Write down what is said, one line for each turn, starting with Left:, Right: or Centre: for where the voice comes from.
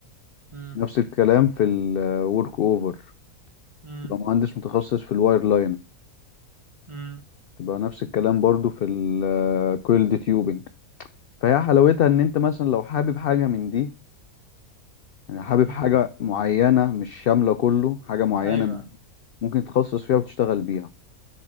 Right: امم
Left: نفس الكلام في الورك اوفر
Right: امم
Left: تبقى مهندس متخصص في الواير لاين
Right: امم
Left: تبقى نفس الكلام برضو في الكويلد تيوبنج فهي حلاوتها ان انت مثلا لو حابب حاجة من دي يعني حابب
Right: امم
Left: حاجة معينة مش شاملة كله حاجة معينة
Right: ايوه
Left: من دي ممكن تتخصص فيها وتشتغل بيها